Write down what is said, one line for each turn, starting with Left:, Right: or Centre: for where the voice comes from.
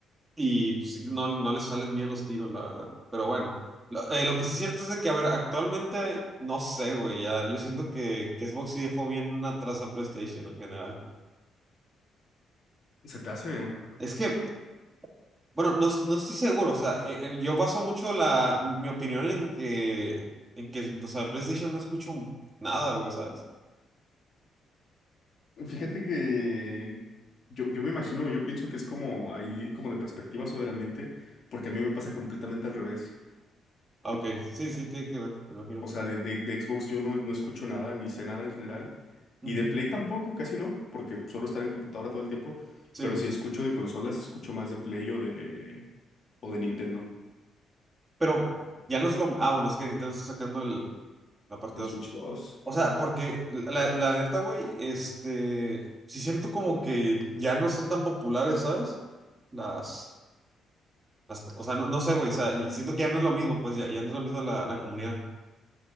Right: y pues, sí, no, no les salen bien los tiros, la verdad. Pero bueno, lo, eh, lo que sí es cierto es de que, a ver, actualmente, no sé, güey, ya, yo siento que, que Xbox sí dejó bien atrás a PlayStation en general.
Left: Se te hace.
Right: Es que Bueno, no, no estoy seguro, o sea, eh, eh, yo baso mucho la, mi opinión en que, en que, o sea, PlayStation no escucho nada, güey, ¿sabes?
Left: Fíjate que yo, yo me imagino, yo pienso que es como ahí, como de perspectivas o del ambiente, porque a mí me pasa completamente al revés.
Right: Ah, ok, sí, sí, tiene que ver, me imagino.
Left: O sea, de, de- de Xbox yo no, no escucho nada, ni sé nada en general.
Right: Ujú,
Left: Y de Play tampoco, casi no, porque suelo estar en computadora todo el tiempo.
Right: Sí,
Left: Pero si escucho de consolas, escucho más de Play o de, o de Nintendo,
Right: pero ya no es lo, ah, bueno, es que Nintendo está sacando el, la parte
Left: el
Right: dos
Left: Switch dos
Right: O sea, porque la, la neta, güey, este, sí siento como que ya no son tan populares, ¿sabes? Las, las, o sea, no, no sé, güey, o sea, y siento que ya no es lo mismo, pues ya, ya no es lo mismo la, la comunidad.